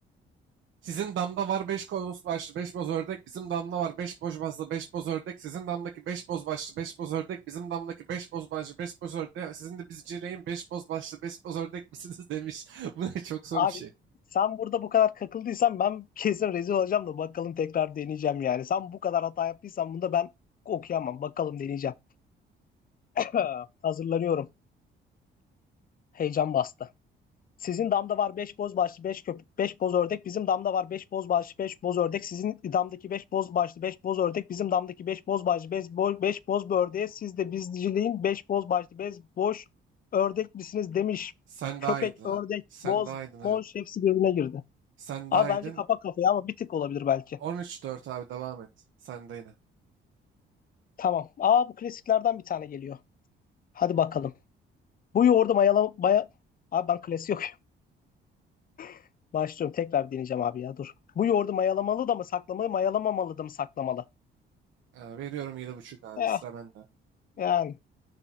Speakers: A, on the right; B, on the left.
A: Sizin damda var 5 boz başlı 5 boz ördek. Bizim damda var 5 boz başlı 5 boz ördek. Sizin damdaki 5 boz başlı 5 boz ördek. Bizim damdaki 5 boz başlı 5 boz ördek. Sizin de bizcileyin 5 boz başlı beş boz ördek misiniz demiş. <laughs> Bu ne çok zor
B: Abi
A: bir şey.
B: sen burada bu kadar kakıldıysan ben kesin rezil olacağım da bakalım tekrar deneyeceğim yani. Sen bu kadar hata yaptıysan bunda ben okuyamam. Bakalım deneyeceğim. <coughs> <clears throat> Hazırlanıyorum. Heyecan bastı. Sizin damda var 5 boz başlı 5 köpek 5 boz ördek. Bizim damda var 5 boz başlı 5 boz ördek. Sizin damdaki 5 boz başlı 5 boz ördek. Bizim damdaki beş boz başlı 5 boz, beş boz bir ördeğe siz de bizciliğin 5 boz başlı 5 boş ördek misiniz demiş.
A: Sen
B: Köpek,
A: daha iyiydin ha.
B: ördek,
A: Sen
B: boz,
A: daha iyiydin abi.
B: moş hepsi birbirine girdi.
A: Sen
B: Abi
A: daha
B: bence
A: yedin.
B: kafa kafaya ama bir tık olabilir belki.
A: 13-4 abi devam et. Sen de yine.
B: Tamam. Aa bu klasiklerden bir tane geliyor. Hadi bakalım. Bu yoğurdu mayalama... Maya... Abi ben klasik yok. <laughs> Başlıyorum. Tekrar deneyeceğim abi ya dur. Bu yoğurdu mayalamalı da mı saklamalı, mayalamamalı da mı saklamalı?
A: Ee, veriyorum 7,5 abi.
B: Eh,
A: Sıra bende.
B: yani.